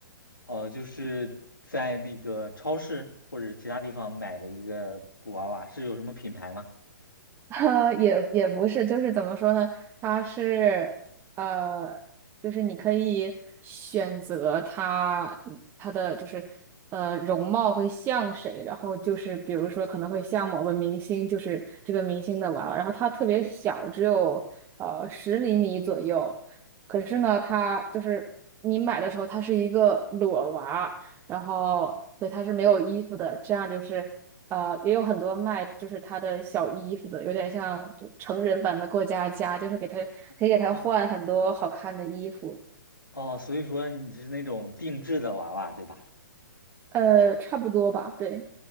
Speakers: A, on the left (about 85°); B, on the right (about 20°).
A: 哦，就是在那个超市或者其他地方买的一个布娃娃，是有什么品牌吗？
B: <laughs> 哈，也也不是，就是怎么说呢？它是呃，就是你可以选择它它的就是呃容貌会像谁，然后就是比如说可能会像某个明星，就是这个明星的娃娃，然后它特别小，只有呃十厘米左右。可是呢，它就是你买的时候它是一个裸娃，然后对它是没有衣服的，这样就是。呃，也有很多卖就是他的小衣服的，有点像就成人版的过家家，就是给他可以给他换很多好看的衣服，
A: 哦哦，所以说你是那种定制的娃娃，对吧？
B: 呃，差不多吧，对，